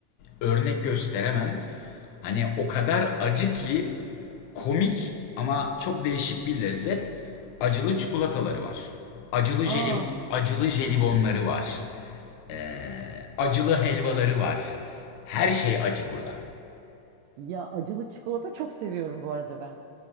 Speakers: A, on the left; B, on the right.
A: örnek gösteremem. Hani o kadar acı ki komik ama çok değişik bir lezzet. Acılı çikolataları var. Acılı jeli,
B: Aa
A: acılı jelibonları var. Ee, acılı helvaları var. Her şey acı burada.
B: ya acılı çikolata çok seviyorum bu arada ben.